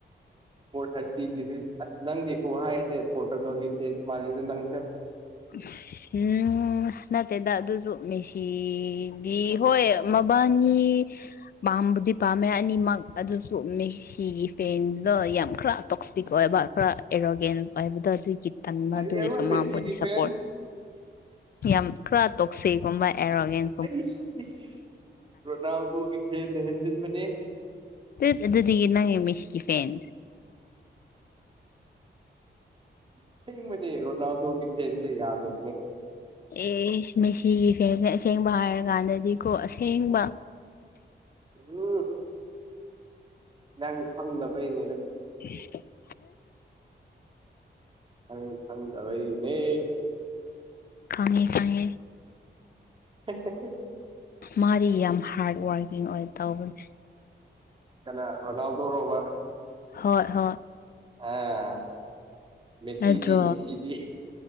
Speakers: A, on the right; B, on the left.
A: ꯐꯣꯔ ꯊꯥꯔꯇꯤꯒꯤꯁꯤ ꯑꯁ ꯅꯪꯒꯤ ꯈꯨꯍꯥꯏꯁꯦ ꯄꯣꯔꯇꯨꯒꯜꯒꯤ ꯐꯦꯟꯁ ꯃꯥꯜꯂꯤꯗ ꯅꯪꯁꯦ
B: <unintelligible> ꯎꯝ ꯅꯠꯇꯦꯗ ꯑꯗꯨꯖꯨ ꯃꯦꯁꯤꯗꯤ ꯍꯣꯏ ꯃꯕꯥꯅꯤ ꯄꯥꯝꯕꯗꯤ ꯄꯥꯝꯃꯦ ꯑꯅꯤꯃꯛ ꯑꯗꯨꯁꯨ ꯃꯦꯁ ꯁꯤꯒꯤ ꯐꯦꯟꯗꯣ ꯌꯥꯝ ꯈꯔ ꯇꯣꯛꯁꯤꯛ ꯑꯣꯏꯕ ꯈꯔ ꯑꯦꯔꯣꯒꯦꯟ ꯑꯣꯏꯕꯗꯣ ꯑꯗꯨꯒꯤ ꯇꯟꯕ
A: ꯀꯔꯤ
B: ꯑꯗꯨꯒꯤ
A: ꯍꯥꯏꯕ
B: ꯁ
A: ꯃꯦꯁꯤꯒꯤ
B: ꯃꯥꯕꯨꯗꯤ ꯁꯞ
A: ꯐꯦꯟ
B: ꯌꯥꯝ ꯈ꯭ꯔ ꯇꯣꯛꯁꯤꯒꯨꯝꯕ ꯑꯦꯔꯣꯒꯦꯟ
A: ꯑꯩꯁ ꯏꯁ ꯔꯣꯅꯥꯜꯗꯣꯒꯤ ꯐꯦꯟꯅ ꯍꯦꯟꯖꯤꯟꯕꯅꯦ
B: ꯇꯤꯁ ꯑꯗꯨꯗꯤꯒꯤ ꯅꯪ ꯃꯦꯁꯁꯤ ꯐꯦꯟ
A: ꯑꯁꯦꯡꯕꯅꯦ ꯔꯣꯅꯥꯜꯗꯣꯒꯤ ꯐꯦꯟꯁꯦ ꯌꯥꯗꯔ꯭ ꯕꯅꯤ
B: ꯑꯦꯁ ꯃꯦꯁꯤꯒꯤ ꯐꯦꯟꯁꯦ ꯑꯁꯦꯡꯕ ꯍꯥꯏꯔꯀꯥꯟꯗꯗꯤꯀꯣ ꯑꯁꯦꯡꯕ
A: <unintelligible> ꯅꯪ ꯈꯪꯗꯕꯩꯩꯅꯦꯗ
B: <unintelligible>
A: ꯅꯪ ꯈꯪꯗꯕꯩ ꯅꯦ
B: ꯈꯪꯉꯦ ꯈꯪꯉꯦ
A: <unintelligible>
B: ꯃꯥꯗꯤ ꯌꯥꯝ ꯍꯥꯔ꯭ꯗ ꯋꯥꯔꯀꯤꯡ ꯑꯣꯏ ꯇꯧꯕꯅꯦ
A: ꯀꯅꯥ ꯔꯣꯅꯥꯜꯗꯣꯔꯣꯋꯥ
B: ꯍꯣꯏ ꯍꯣꯏ
A: ꯑꯥ ꯃꯦꯁꯤꯗꯤ
B: ꯅꯠꯇ꯭ꯔꯣ
A: ꯃꯦꯁꯤꯗꯤ